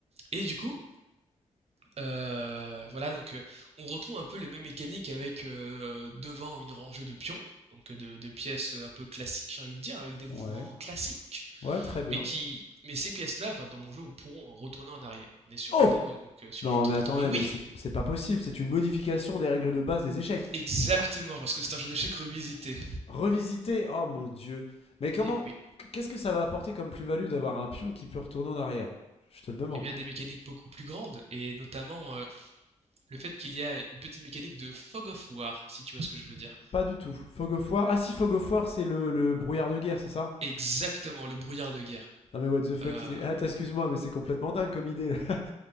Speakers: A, on the right; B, on the left.
A: et du coup euh, voilà donc euh, on retrouve un peu les mêmes mécaniques avec euh, devant une rangée de pions, donc euh, de, de pièces un peu classiques j'ai envie de dire avec des mouvements
B: Ouais.
A: classiques.
B: Ouais, très bien.
A: mais qui mais ces pièces-là, enfin, dans mon jeu, on pourront en retourner en arrière. On est sur,
B: Oh
A: on est donc euh, sur
B: Non,
A: un jeu de tour
B: mais
A: par
B: attendez,
A: tour. Et oui,
B: mais c'est c'est pas possible. C'est une modification des règles de base des échecs.
A: Exactement, parce que c'est un jeu d'échecs revisité.
B: Revisiter Oh mon dieu. Mais comment
A: et oui,
B: Qu'est-ce que ça va apporter comme plus-value d'avoir un pion qui peut retourner en arrière Je te le demande.
A: et bien des mécaniques beaucoup plus grandes, et notamment euh, le fait qu'il y a une petite mécanique de fog of war, si tu vois ce que je veux dire.
B: Pas du tout. Fog of War. Ah si, Fog of War, c'est le, le brouillard de guerre, c'est ça
A: Exactement, le brouillard de guerre.
B: Non mais what the fuck
A: Euh,
B: c'est- Ah, excuse-moi, mais c'est complètement dingue comme idée. là.